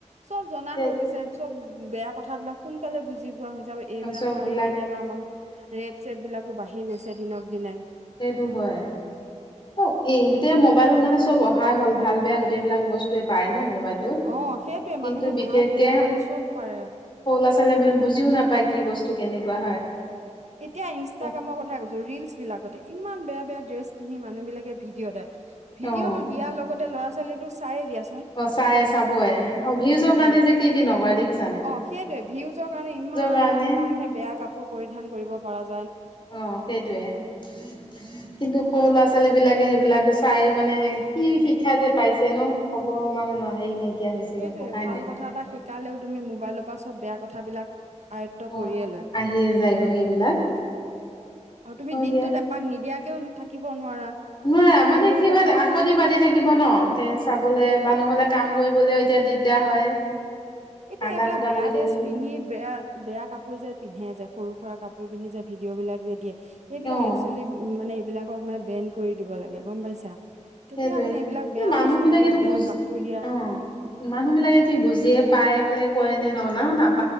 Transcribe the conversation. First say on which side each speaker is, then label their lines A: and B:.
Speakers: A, on the right; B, on the left.
A: চব জনা
B: সেই
A: হৈ গৈছে চব বেয়া কথ বিলাক সোনকালে বুজি পোৱা হৈছে। এইবিলাক
B: চববিলাক
A: কাৰণে কেতিয়াবা আমাৰ ৰেপ চেপ বিলাকো বাঢ়ি গৈছে দিনক দিনে।
B: সেইটো হয় অ এই গোটেই মবাইলত মানে ব অহায় হ'ল ভাল বেয়া গোটেইবিলাক বস্তুৱে পায় ন। মোবাইলটোত
A: অ সেইটোৱে
B: কিন্তু
A: মানুহে
B: বিশেষকে
A: ভাল বেয়া মানে চব পাৰে
B: সৰু ল'ৰা ছোৱালীয়ে মানে বুজিও নাপায়। কি বস্তু কেনেকুৱা হয়?
A: এতিয়া ইনষ্টাগ্ৰামৰ
B: তাক
A: কথা কৈছো ৰিলচ বিলাকত ইমান বেয়া বেয়া ড্ৰেছ পিন্ধি মানুহ বিলাকে ভিডিঅটে, ভিডিঅটো
B: অ
A: দিয়াৰ লগতে ল'ৰা ছোৱাল <unintelligible> চাই দিয়া
B: অ চাই চাবয় আৰু ভিউজৰ
A: উম
B: কাৰণে যে কি কি নকৰে দেখি
A: অ', সেইটোয়ে ভিউজৰ কাৰণে ইমান
B: কাৰণে
A: মানে মানুহে বেয়া কাপোৰ পৰিধান কৰি <unintelligible>
B: অ সেইটোৱে <unintelligible> কিন্তু? সৰু ল'ৰা
A: তাক
B: ছোৱালী বিলাকে সেইবিলাকে চাই মানে কি শিক্ষা যে পাইছে ন ক'ব মানে হেৰি নাই। হৈছেগৈ
A: সেইটোয়ে
B: ভাষাই
A: ভাল কথা এটা শিক কালেও তুমি মোবাইলৰ পৰা চব বেয়া কথাবিলাক আয়ত্ব
B: অ
A: কৰিয়ে লয়।
B: আহিয়ে যায়গৈ সেইবিলাক
A: আৰু তুমি
B: হয়
A: দিনটোত
B: দিয়া
A: এপাক নিদিয়াক <inaudible> থাকিব নোৱাৰা
B: নোৱাৰা মানে
A: নিদিয়াকে
B: কি হয়
A: থাকিলে
B: <unintelligible> পাতি থাকিব ন? তে চাবলে বা ন'হলে কাম কৰিবলৈ এতিয়া দিগদ <unintelligible> হয়।
A: এতিয়া
B: কান্দা
A: এইবিলাক
B: কুটা
A: বেয়া
B: কৰি
A: ড্ৰেছ
B: থাকিলে
A: পিন্ধি বেয়া, বেয়া কাপোৰ যে, পিন্ধে যে সৰু <unintelligible> কাপোৰ পিন্ধি যে ভিডিঅ বিলাক যে দিয়ে। এইবিলাক
B: অ
A: একচুৱেলি উম, মানে এইবিলাকক মানে বেন কৰি দিব লাগে গম পাইছা। তেতিয়া
B: সেইটোয়ে
A: মানে এইবিলাক
B: কিন্তু
A: বেয়া
B: মানুহ
A: বস্তু
B: বিলাকেটো
A: দিয়া বেয়া
B: বুজ
A: কাপোৰ দিয়া
B: অ মানুহ বিলাকে কি বুজিয়ে পাই বোলে <unintelligible>